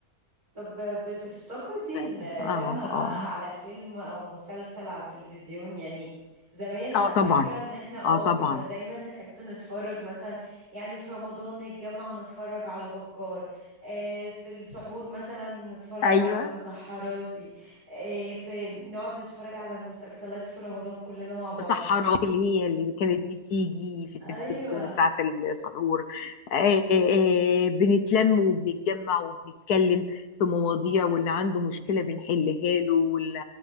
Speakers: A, on the right; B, on the left.
A: طب بتفتقدي
B: فعلا.
A: ال-
B: اه
A: لما بقى
B: اه
A: على فيلم او مسلسل على التلفزيون يعني زمان انا
B: اه طبعا
A: فاكرة ان احنا اه
B: اه طبعا
A: كنا دايما نحب نتفرج مثلا يعني في رمضان نتجمع ونتفرج على بكار آه في السحور مثلا نتفرج
B: ايوه
A: على مسحراتي آه في نقعد نتفرج على مسلسلات في رمضان كلنا مع بعض
B: سحرات اللي هي اللي كانت بتيجي في التلفزيون
A: ايوه
B: ساعة السحور آه، آه، آه، بنتلم وبنتجمع وبنتكلم في مواضيع واللي عنده مشكلة بنحلها له واللي